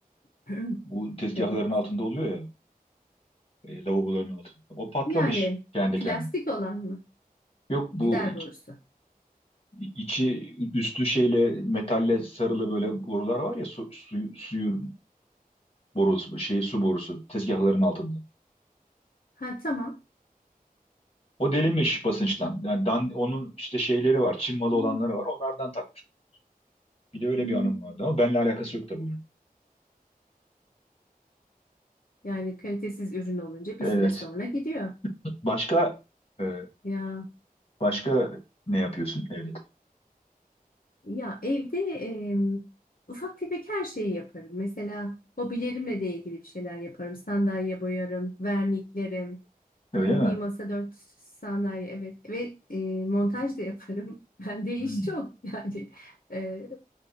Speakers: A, on the left; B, on the left.
A: <clears throat>
B: Bu tezgahların
A: Evet.
B: altında oluyor ya. e, lavaboların altında. O patlamış
A: Yani
B: kendi
A: plastik
B: kendine.
A: olan mı?
B: Yok bu
A: Gider borusu.
B: içi üstü şeyle metalle sarılı böyle borular var ya su, suyu, suyun borusu şeyi su borusu tezgahların altında.
A: Ha tamam.
B: O delinmiş basınçtan. Yani dan, onun işte şeyleri var. Çin malı
A: Hmm.
B: olanları var. Onlardan takmış. Bir de öyle
A: Hmm.
B: bir anım vardı ama benimle alakası yok tabii bunun.
A: Yani kalitesiz ürün olunca bir
B: Evet.
A: süre sonra gidiyor.
B: Başka e,
A: Ya
B: başka ne yapıyorsun evde?
A: ya evde e, ufak tefek her şeyi yaparım. Mesela hobilerimle de ilgili bir şeyler yaparım. Sandalye boyarım, verniklerim,
B: Öyle
A: bir
B: mi?
A: masa dört sandalye evet ve e, montaj da yaparım. <laughs> Bende iş
B: Hmm,
A: çok <laughs> yani e,